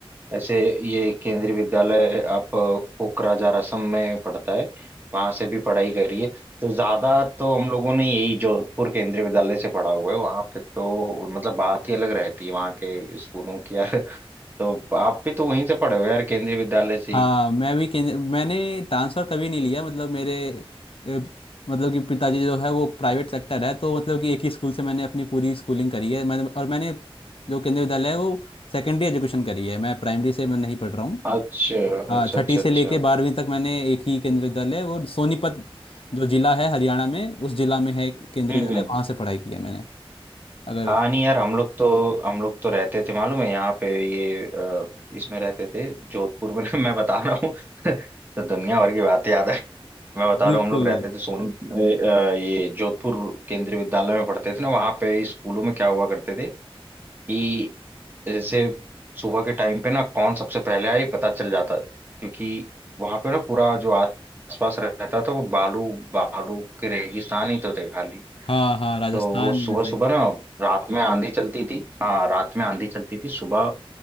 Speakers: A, on the right; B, on the left.
A: ऐसे ये केंद्रीय विद्यालय आप अ, कोकराझार असम में पढ़ता है वहां से भी पढ़ाई करी है तो ज्यादा तो हम लोगों ने यही जोधपुर केंद्रीय विद्यालय से पढ़ा हुआ है वहां पे तो मतलब बात ही अलग रहती है वहाँ के स्कूलों की यार तो आप भी तो वहीं से पढ़े हो यार केंद्रीय विद्यालय से
B: हाँ
A: ही
B: मैं भी केंद्र मैंने ट्रांसफ़र कभी नहीं लिया मतलब मेरे ए, मतलब कि पिताजी जो है वो प्राइवेट सेक्टर है तो मतलब कि एक ही स्कूल से मैंने अपनी पूरी स्कूलिंग करी है मैंने और मैंने जो केंद्रीय विद्यालय है वो सेकेंडरी एजुकेशन करी है मैं प्राइमरी से मैं नहीं पढ़ रहा हूँ
A: अच्छा
B: हाँ
A: अच्छा
B: छठी
A: अच्छा
B: से
A: अच्छा
B: लेके बारहवीं तक मैंने एक ही केंद्रीय दल है वो सोनीपत जो जिला है हरियाणा में उस जिला में है एक केंद्रीय
A: हम्म
B: दल
A: हम्म
B: है वहां से पढ़ाई की है मैंने अगर
A: हाँ नहीं यार हम लोग तो हम लोग तो रहते थे मालूम है यहाँ पे ये अ, इसमें रहते थे जोधपुर में <laughs> मैं बता रहा हूँ <laughs> तो दुनिया भर की बातें याद है मैं बता
B: बिल्कुल
A: रहा हूँ हम लोग रहते थे सोन अ, ये जोधपुर केंद्रीय विद्यालय में पढ़ते थे ना वहाँ पे स्कूलों में क्या हुआ करते थे कि जैसे सुबह के टाइम पे ना कौन सबसे पहले आए पता चल जाता क्योंकि वहाँ पे ना पूरा जो आस- आसपास रहता था वो बालू बालू के रेगिस्तान ही तो थे खाली
B: हाँ हाँ राजस्थान
A: तो वो सुबह
B: में साइड
A: सुबह ना रात में आंधी चलती थी हाँ रात में आंधी चलती थी सुबह